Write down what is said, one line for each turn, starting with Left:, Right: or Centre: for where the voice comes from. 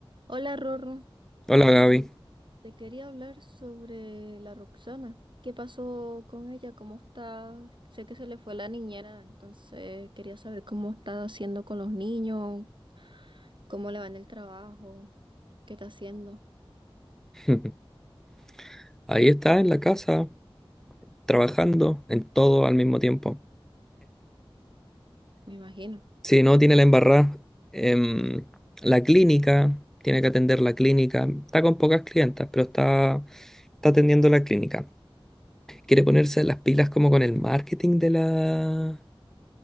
Right: Hola Rorro,
Centre: Hola
Right: Eh,
Centre: Gaby.
Right: te quería hablar sobre la Roxana. ¿Qué pasó con ella? ¿Cómo está? Sé que se le fue la niñera, entonces quería saber cómo está haciendo con los niños, cómo le va en el trabajo, qué está haciendo,
Centre: <laughs> Ahí está en la casa, trabajando en todo al mismo tiempo.
Right: me imagino.
Centre: Sí, no, tiene la embarrada. em, la clínica, tiene que atender la clínica. Está con pocas clientas, pero está, está atendiendo la clínica. Quiere ponerse las pilas como con el marketing de la,